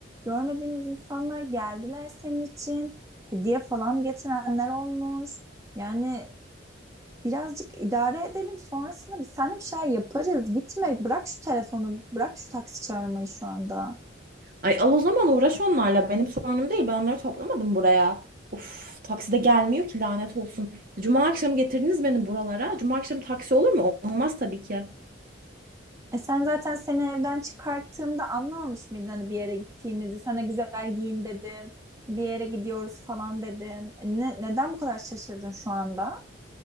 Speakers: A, on the right; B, on the right.
A: görmediğimiz insanlar geldiler senin için. Hediye falan getirenler olmuş. Yani Birazcık idare edelim sonrasında biz seninle bir şey yaparız. Gitme bırak şu telefonu bırak şu taksi çağırmayı şu anda.
B: Ay al o zaman uğraş onlarla. Benim sorunum değil. Ben onları toplamadım buraya. Uf takside gelmiyor ki lanet olsun. Cuma akşamı getirdiniz beni buralara. Cuma akşamı taksi olur mu? Olmaz tabii ki.
A: E sen zaten seni evden çıkarttığımda anlamamış mıydın hani bir yere gittiğimizi? Sana güzel giyin dedim. Bir yere gidiyoruz falan dedim. E Ne, neden bu kadar şaşırdın şu anda?